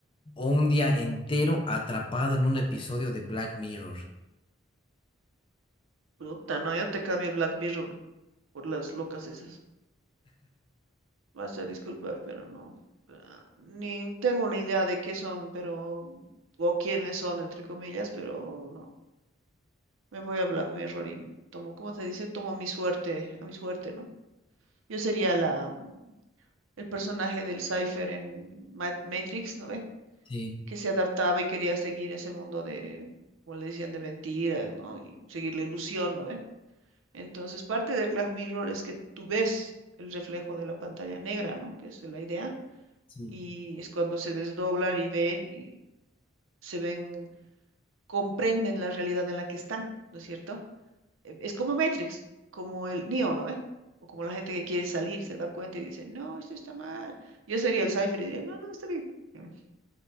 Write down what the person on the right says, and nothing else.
puta, no, yo te cambio el Black Mirror por las locas esas. Vas a disculpar, pero no. Ah, Ni tengo una idea de qué son, pero, o quiénes son, entre comillas, pero no. Me voy a Black Mirror y tomo, ¿cómo se dice? Tomo mi suerte, a mi suerte, ¿no? Yo sería la, mm, el personaje del Cypher en Ma- Matrix, ¿no ve?
Que se adaptaba y quería seguir ese mundo de, como le decían, de mentira, ¿no? Y seguir la ilusión, ¿no ve? Entonces, parte del Black Mirror es que tú ves el reflejo de la pantalla negra, ¿no? Que es la idea
y es cuando se desdoblan y ven y se ven, comprenden la realidad en la que están, ¿no es cierto? E- Es como Matrix, como el Neo, ¿no? ve? O como la gente que quiere salir, se da cuenta y dice, no, esto está mal. Yo sería el Cypher y diría, no, no, está bien, mm,